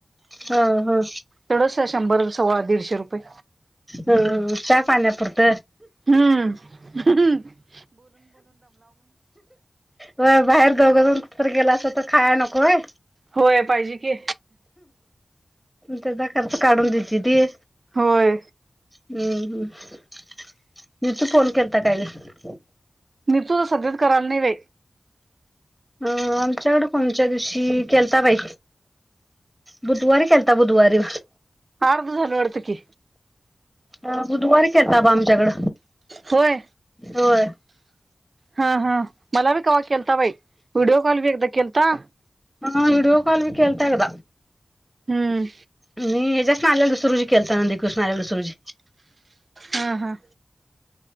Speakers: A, in the centre; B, on the right (about 50°).
A: हा हा
B: तेथढस शंभर सव्वा दीडशे रुपये
A: हम् पानपरत
B: हम्म हम्
A: व बाहेर दऊघस तर गेला अस तर खाय नको आहे
B: होय पाहिजे की
A: त्याचा खच काढून दयची ती
B: होय
A: हम्म हम्म नि तू फोन केलता कायला
B: मी तु तर सध्याच करायला नाही व
A: अं आमच्याकडे कोमच्या दिवशी केलताबाई बुधवारी केनता बुधवारी
B: हडद झाल वाडतकीी
A: अ बुधवारी केळता आमच्याकड
B: होय
A: होय
B: हा हा मला बी कावा केलता बाई व्हिडिओ कॉल बी एकदा केलता
A: हा वडयओ काल भी खळतयद
B: हम्म.
A: मी हच्यात नाल्याला दुसरुजी खेळता नंदी कृष्णा आल्या दुसरुजी.
B: हा हा.